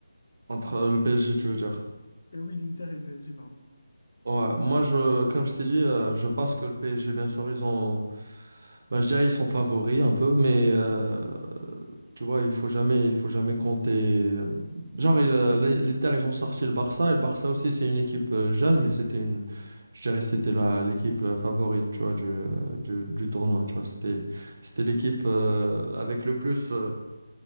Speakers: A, on the right; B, on the left.
A: Entre euh, le PSG, tu veux dire.
B: Euh, oui, l'Inter et le PSG, pardon.
A: Ouais, moi, je, comme je t'ai dit, euh, je pense que le PSG, bien sûr, ils ont, bah, je dirais, ils sont favoris un peu, mais euh, tu vois, il faut jamais, il faut jamais compter. Genre, il, euh, l'I- l'Inter, ils ont sorti le Barça, et le Barça aussi, c'est une équipe euh, jeune, mais c'était une, je dirais, c'était la l'équipe euh, favorite, tu vois, du, euh, du, du tournoi, tu vois, c'était, c'était l'équipe euh, avec le plus. euh,